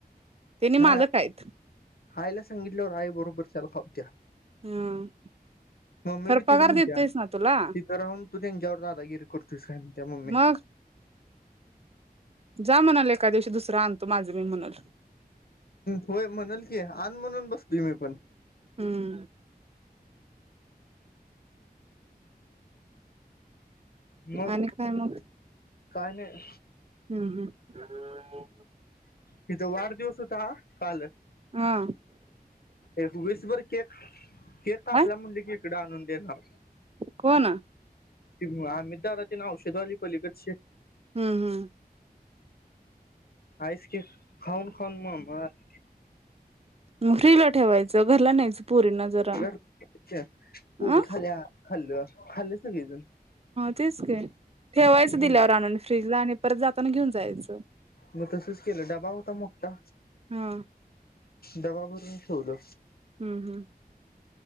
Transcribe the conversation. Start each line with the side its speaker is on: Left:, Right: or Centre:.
Right: त्यांनी
Left: नाही
Right: मालक आहेत
Left: आयला सांगितल्यावर आई बरोबर त्याला त्या
Right: हम्म
Left: मम्मी
Right: खर
Left: बी
Right: पगार
Left: तीच म्हणत्याय
Right: देतोयस ना तुला
Left: तिथं राहून तू त्यांच्यावर दादागिरी कर तुयस काय म्हणती मम्मी
Right: मग जा म्हणल एका दिवशी दुसर आणतो माझं मी म्हणल
Left: होय म्हणल की आण म्हणून बसतोय मी पण
Right: हम्म
Left: मग
Right: आणि काय मग
Left: काय नाय?
Right: हम्म हम्
Left: तिथ वाढदिवस होता काल
Right: हा
Left: एक विसभर केक केक कापल्या
Right: काय
Left: म्हणल की तिकड आणून देणार
Right: कोण
Left: तेमुळ आम्हीच <unintelligible> औषध वाली पलीकडचे
Right: हम्म हम्म
Left: आईस केक खाऊन खाऊन मळ मळाय
Right: म फ्रिज ला ठेवायचं घरला नाहीच पोरी ना जरा
Left: घर पुरी
Right: अं
Left: खाल्या खाल्लं खाल्ले सगळेजण
Right: तेच की ठेवायचं
Left: हम्म
Right: दिल्यावर आणून फ्रीजला आणि परत जाताना घेऊन जायच
Left: मग तसच केलं डबा होता मो ठ्ठा
Right: हा
Left: डबा भरून ठेवलं.
Right: हम्म हम्म